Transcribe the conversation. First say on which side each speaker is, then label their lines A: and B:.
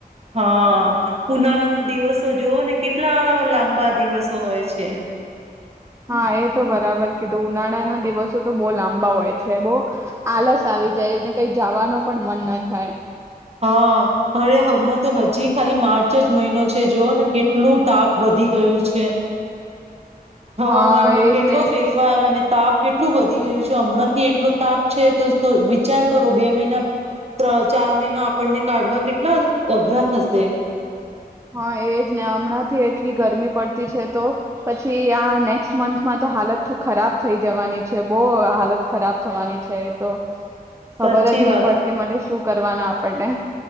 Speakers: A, on the right; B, on the right.
A: હા ઉનાળાના દિવસો જોવો ને કેટલા લાંબા દિવસો હોય છે.
B: હા એ તો બરાબર કીધું ઉનાળાના દિવસો તો બહુ લાંબા હોય છે. બહુ આલસ આવી જાય ને કઈ જાવાનો પણ મન ન થાય.
A: હ અરે હમણાં તો હજી ખાલી માર્ચ જ મહિનો છે જોવો ને કેટલું તાપ વધી ગયું છે. હવામાનમાં
B: હા એજ
A: કેટલો
B: ને
A: ફેરફાર અને તાપ કેટ કેટલું વધી ગયું છે. હમણાં થી એટલો તાપ છે તો વિચાર કરો બે મહિના ત્ર ચાર મહિના આપણને કાઢવા કેટલા અઘરા થશે.
B: હા એજ ને હમણાંથી એટલી ગરમી પડતી છે તો પછી આ નેક્સ્ટ મંથમાં તો હાલત ખરાબ થઈ જવાની છે બહુ હાલત ખરાબ થવાની છે. તો
A: સાચી
B: ખબર જ નહી
A: વાત
B: પડતી મને શું કરવાના આપણને.